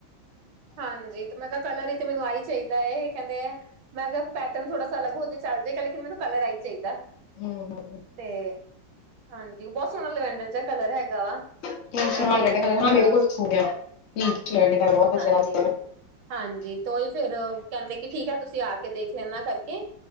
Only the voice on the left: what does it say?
ਹਮ, ਹਮ
<unintelligible>
ਹਾਂ
ਮੇਰੇ ਕੋਲ ਇੱਕ ਸੂਟ ਆ, <unintelligible>
ਲੱਗਦਾ